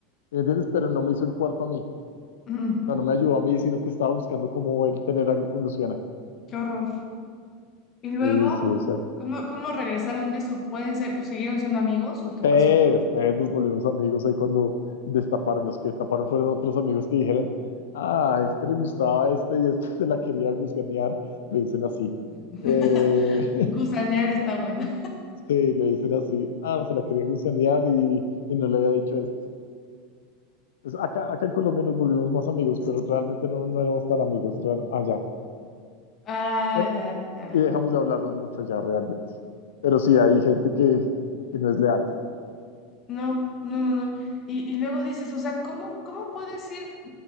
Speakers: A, on the left; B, on the left.
A: ¿Me ¿Entiendes? Pero no me hizo el cuarto a mí
B: Mm,
A: no me ayudó a mí, sino que estaba buscando cómo él tener algo con Luciana.
B: qué horror. Y luego,
A: Sí, sí, exacto.
B: ¿cómo, cómo regresaron de eso? ¿Pueden ser, siguieron siendo amigos o qué
A: Pero
B: pasó?
A: después nos volvimos amigos ahí cuando destaparon, los que destaparon fueron otros amigos que dijeron, ah, a este le gustaba este y este <laughs> se la quería gusanear, le dicen así.
B: <laughs>
A: Eh, <laughs>
B: Gusanear está
A: ah,
B: buena.
A: sí, le dicen así, ah, se la quería gusanear y, y no le había dicho esto. Pues acá, acá en Colombia nos volvimos más amigos, pero realmente no, no éramos tan amigos real- allá.
B: Ah,
A: Pero,
B: ya, ya. ya.
A: y dejamos de hablarnos mucho ya realmente. Pero sí, hay gente que, que no es leal.
B: No, no, no, no. Y, y luego dices, o sea, ¿cómo, cómo puedes ir